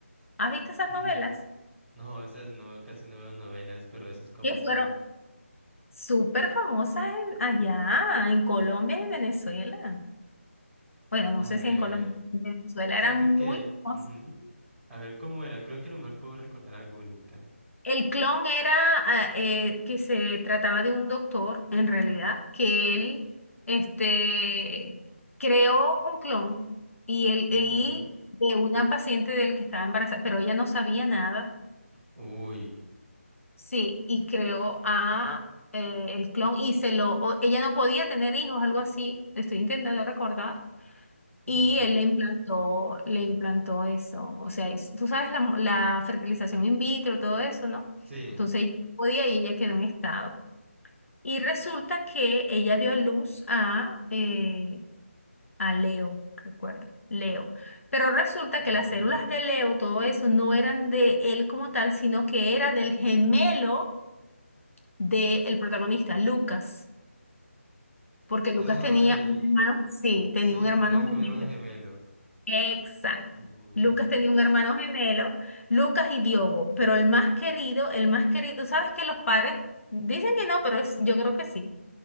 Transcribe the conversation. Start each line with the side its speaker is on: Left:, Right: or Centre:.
Left: ¿Has visto esas
Centre: Mm,
Left: novelas?
Centre: No, esas no, casi no veo novelas, pero esas cómo
Left: Que fueron
Centre: son.
Left: súper famosas en- allá, en Colombia y Venezuela. Bueno, no
Centre: A
Left: sé
Centre: ver,
Left: si en Colombia, en Venezuela
Centre: siento
Left: eran muy
Centre: que...
Left: famosas.
Centre: ujú, A ver, ¿cómo era? Creo que a lo mejor puedo recordar alguna.
Left: El clon era ah, eh, que se trataba de un doctor, en realidad, que él este, creó un clon y, él,
Centre: <gasps>
Left: y de una paciente de él que estaba embarazada, pero ella no sabía nada,
Centre: Uy.
Left: sí, y creó a eh, el clon y se lo, o- ella no podía tener hijos, algo así, estoy intentando recordar,
Centre: ujú,
Left: y él le implantó, le implantó eso. O sea, es- tú sabes la, mo- la fertilización in vitro, todo eso, ¿no?
Centre: Sí.
Left: Entonces ella podía y ella quedó en estado. Y resulta que ella dio a luz a, eh, a Leo, recuerdo, Leo. Pero resulta
Centre: ujú.
Left: que las células de Leo, todo eso, no eran de él como tal, sino que era del gemelo del protagonista, Lucas. Porque Lucas
Centre: Ay,
Left: tenía un hermano, sí, tenía
Centre: sí,
Left: un hermano
Centre: sí, tenía
Left: gemelo.
Centre: como un hermano gemelo.
Left: Exacto.
Centre: Uy.
Left: Lucas tenía un hermano gemelo, Lucas y Diogo, pero el más querido, el más querido, tú sabes que los padres dicen que no, pero es- yo creo que sí.